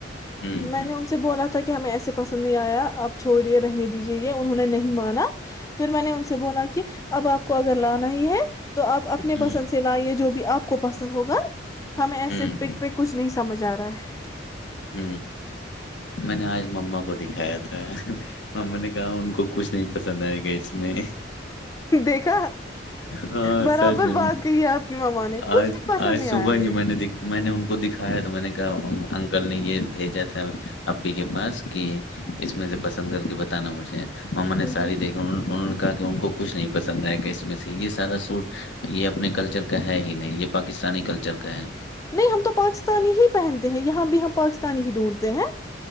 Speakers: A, on the left; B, on the left.
A: ہ
B: میں نے ان سے بولا تھا کہ ہمیں ایسے پسند نہیں آیا اب چھوڑ رہنے دیجاہے انہوں نے نہیں مانا پھر میں نے ان سے بولا کہ اب آپ کو اگر لانا ہی ہے تو آپ اپنے
A: ہ
B: پسند سے لائیے جو آپ کو پسند ہوگا ہمیں ایسے
A: ہ
B: پک پک کچھ نہیں سمجھ آ رہا ہے
A: ہ میں نے آج مما کو دکھایا تھا مما نے کہا ان کو کچھ نہیں پسند آئے گا اس میں
B: دیکھا
A: ہاں
B: برابر
A: سچ میں
B: بات کہی ہے آپ کی ماما نے کچھ
A: آج
B: بھی پسند
A: آج
B: نہیں
A: صبح
B: آیا مجھے
A: ہی میں نے میں نے ان کو دکھایا تو میں نے <unintelligible> کل نے یہ بھیجا تھا اپی کے پاس کی
B: ہوں
A: اس میں سے بس پسند کر کے بتانا مجھے مما نے ساڑی
B: ہوں
A: دیکھی ان کا کہ ان کو کچھ نہیں پسند آئے گا اس میں سے یہ سارا سوٹ یہ اپنے کلچر کا ہے ہی نہیں یہ پاکستانی کلچر کا ہے
B: نہیں ہم تو پاکستانی ہی پہنتے ہیں یہاں بھی ہم پاکستانی ہی ڈھونڈتے ہیں